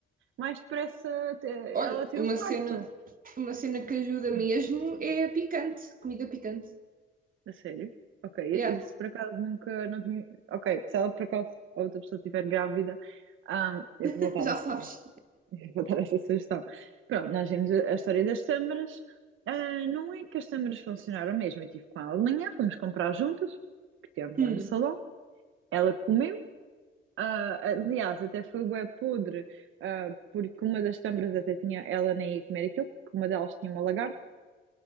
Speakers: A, on the right; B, on the right.
A: mais depressa a ter-
B: olha,
A: ela a ter
B: uma
A: o parto.
B: cena, uma cena que ajuda mesmo
A: Hum,
B: é a picante, comida picante.
A: A sério? Ok,
B: Yeah,
A: isso por acaso nunca, não tinha... Ok, se ela por acaso a outra pessoa estiver grávida, ah, eu
B: <laughs>
A: vou dar
B: já
A: essa,
B: sabes.
A: <laughs> eu vou dar essa sugestão. Pronto, nós vimos a, a história das tâmaras. Ah, não é que as tâmaras funcionaram mesmo, eu estive com ela de manhã, fomos comprar juntas, que tínhamos
B: Hum,
A: lá no salão. Ela comeu, Ah, aliás, até foi bué podre, ah, porque uma das câmaras até tinha ela nem ia comer aquilo, porque uma delas tinha uma lagarta,